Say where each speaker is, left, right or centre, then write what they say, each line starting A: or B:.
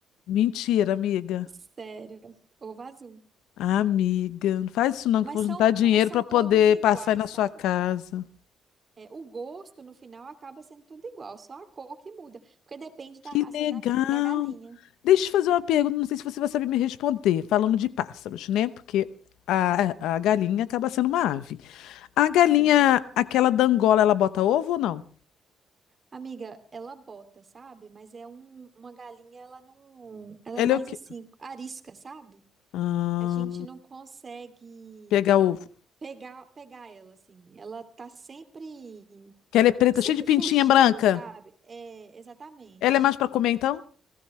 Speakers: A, on the left; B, on the right.
A: mentira, amiga.
B: Sério, ovo azul.
A: Amiga, não faz isso não,
B: Mas
A: que eu vou
B: são,
A: juntar dinheiro
B: mas são
A: para poder
B: todos iguais,
A: passar aí na sua
B: sabe?
A: casa.
B: É, o gosto, no final, acaba sendo tudo igual, só a cor que muda, porque depende
A: Que
B: da raça
A: legal!
B: da, da galinha.
A: Deixa eu te fazer uma pergunta, não sei se você vai saber me responder, falando de pássaros, né? Porque a, a galinha acaba sendo uma ave. A galinha,
B: Sim.
A: aquela da Angola, ela bota ovo ou não?
B: Amiga, ela bota, sabe? Mas é um, uma galinha, ela não. Ela
A: Ela
B: é mais
A: é o quê?
B: assim, arisca, sabe?
A: Ah,
B: A gente não consegue
A: pega ovo.
B: pegar, pegar ela, assim. Ela tá sempre,
A: Que ela é preta,
B: sempre
A: cheia de pintinha
B: fugindo,
A: branca.
B: sabe? É, exatamente.
A: Ela é mais pra comer, então?